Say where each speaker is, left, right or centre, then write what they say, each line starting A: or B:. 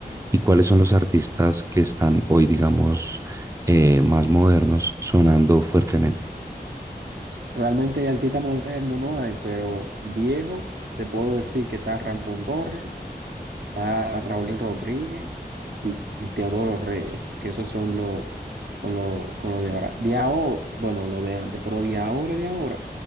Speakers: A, on the right; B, on the right.
A: y cuáles son los artistas que están hoy, digamos, eh, más modernos, sonando fuertemente.
B: realmente artista moderno no hay, pero viejo, te puedo decir que está Ramón Borges. está Raúl Rodríguez y, y Teodoro Reyes, que esos son los con lo, con lo de ahora. De ahora, bueno, lo de antes, pero de ahora, de ahora.